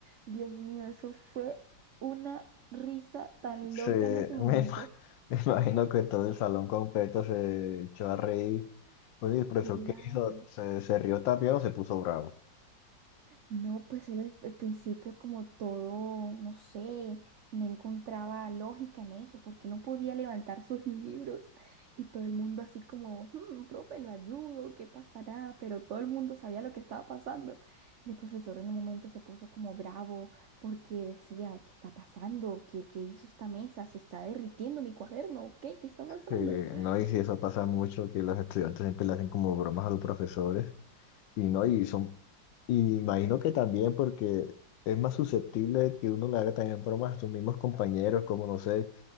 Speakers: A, on the right; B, on the left.
A: Dios mío, eso fue una risa tan
B: Sí,
A: loca
B: me,
A: en ese momento.
B: ima- <laughs> me imagino que todo el salón completo se echó a reír. Pues, ¿y el profesor
A: Claro.
B: qué hizo? ¿Se, se rió también o se puso bravo?
A: No, pues él al al principio como todo, no sé, no encontraba lógica en eso, porque no podía levantar sus <laughs> libros y todo el mundo así como, "Hmm, profe, lo ayudo, ¿qué pasará? Pero todo el mundo sabía lo que estaba pasando. Y el profesor en un momento se puso como bravo porque decía, ¿qué está pasando? ¿Qué, qué hizo esta mesa? ¿Se está derritiendo mi cuaderno? ¿Qué? ¿Qué está pasando?
B: Sí,
A: <laughs>
B: no, y si eso pasa mucho, que los estudiantes siempre le hacen como bromas a los profesores. Y no, y son, y imagino que también porque es más susceptible que uno le haga también bromas a sus mismos compañeros, como no sé,